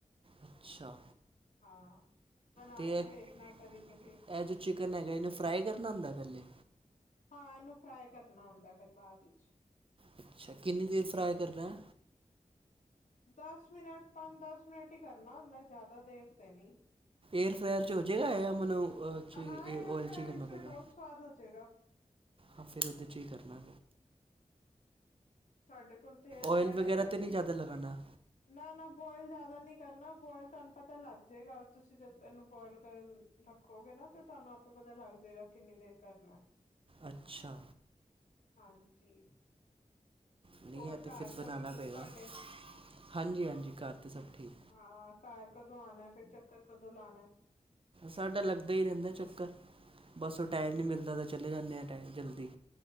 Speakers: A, on the right; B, on the left.
A: ਅੱਛਾ।
B: ਹਾਂ ਬਣਾ
A: ਤੇ
B: ਕੇ
A: ਇਹ
B: ਦੇਖਣਾ ਕਦੀ ਤੁਸੀਂ
A: ਜੋ ਚਿਕਨ ਹੈਗਾ ਇਹਨੂੰ ਫਰਾਈ ਕਰਨਾ ਹੁੰਦਾ ਪਹਿਲੇ।
B: ਹਾਂ, ਇਹਨੂੰ ਫਰਾਈ ਕਰਨਾ ਹੁੰਦਾ ਫਿਰ ਬਾਅਦ ਵਿੱਚ।
A: ਅੱਛਾ ਕਿੰਨੀ ਦੇਰ ਫਰਾਈ ਕਰਨਾ?
B: ਦਸ ਮਿੰਟ ਪੰਜ ਦਸ ਮਿੰਟ ਹੀ ਕਰਨਾ ਹੁੰਦਾ ਜ਼ਿਆਦਾ ਦੇਰ ਤੇ ਨਹੀਂ।
A: ਏਅਰ ਫ੍ਰਾਇਰ ਚ ਹੋ ਜਾਏਗਾ ਮੈਨੂੰ ਓਏਲ
B: ਹਾਂ ਏਅਰ ਫਰਾਇਰ
A: ਚ ਹੀ ਕਰਨਾ
B: ਵਿੱਚ
A: ਪਏਗਾ।
B: ਤੇ ਬਹੁਤ ਸਵਾਦ ਹੋ ਜਾਏਗਾ।
A: ਹਾਂ ਫਿਰ ਉਹਦੇ 'ਚ ਹੀ ਕਰਨਾ।
B: ਤੁਹਾਡੇ ਕੋਲ ਤੇ ਏਅਰ
A: ਆਇਲ
B: ਫਰਾਰ
A: ਵਗੈਰਾ
B: ਹੈਗਾ ਤੁਸੀਂ।
A: ਤੇ ਨਹੀਂ ਜ਼ਿਆਦਾ ਲਗਾਉਣਾ
B: ਨਾ, ਨਾ ਬੋਇਲ ਜ਼ਿਆਦਾ ਨੀ ਕਰਨਾ ਬੋਇਲ ਤੁਹਾਨੂੰ ਪਤਾ ਲੱਗ ਜਾਏਗਾ ਤੁਸੀਂ ਜਦ ਇਹਨੂੰ ਬੋਇਲ ਕਰਨ ਰੱਖ। ਹੋ ਗਏ ਨਾ ਤੇ ਤੁਹਾਨੂੰ ਆਪੇ ਪਤਾ ਲੱਗ ਜਾਏਗਾ ਕਿੰਨੀ ਦੇਰ ਕਰਨਾ।
A: ਅੱਛਾ।
B: ਹਾਂਜੀ।
A: ਨਹੀਂ
B: ਹੋਰ
A: ਹੈ ਤਾਂ
B: ਘਰ
A: ਫਿਰ
B: ਸਭ
A: ਬਧਉਣਾ
B: ਠੀਕ
A: ਪਏਗਾ
B: ਤੁਹਾਡੇ
A: ਹਾਂਜੀ ਹਾਂਜੀ ਘਰ ਤਾਂ ਸਭ ਠੀਕ।
B: ਹਾਂ ਘਰ ਕਦੋਂ ਆਉਣਾ ਫਿਰ ਚੱਕਰ ਕਦੋਂ ਲਾਉਣਾ?
A: ਸਾਡਾ ਲੱਗਦਾ ਹੀ ਰਹਿੰਦਾ ਚੱਕਰ। ਬਸ ਉਹ ਟਾਈਮ ਨਹੀਂ ਮਿਲਦਾ ਤਾਂ ਚਲੇ ਜਾਂਦੇ ਹਾਂ ਟਾਈਮ ਜਲਦੀ।